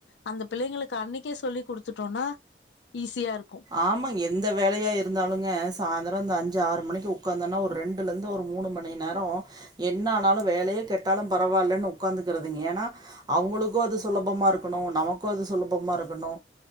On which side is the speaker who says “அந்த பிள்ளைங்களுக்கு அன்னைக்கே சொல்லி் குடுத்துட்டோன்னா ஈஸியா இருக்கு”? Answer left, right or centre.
Left